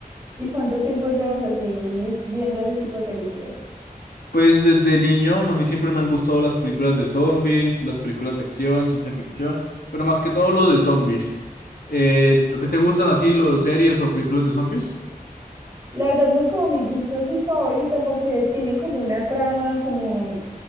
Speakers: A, on the right; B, on the left.
A: ¿Y cuánto tiempo llevas así viendo ese tipo de películas?
B: Pues desde niño a mí siempre me han gustado las películas de zombies, las películas de acción, ciencia ficción, pero más que todo lo de zombies. Eh, ¿te, te gustan así los series o películas de zombies?
A: La verdad no es como mi gusto así favorito porque tiene como una trama, como,